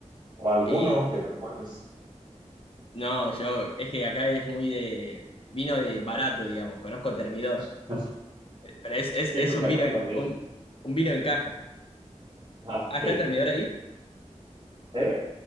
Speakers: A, on the right; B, on the left.
A: O alguno
B: Eh,
A: que recuerdes.
B: No, yo, es que acá es muy de vino de barato, digamos, conozco Termidor,
A: <laughs>
B: pero es, es,
A: Sí,
B: es
A: pues
B: un
A: acá
B: vino en,
A: también
B: un, un vino en caja.
A: Ah, ok.
B: Ah, ¿está el Termidor ahí?
A: ¿Eh?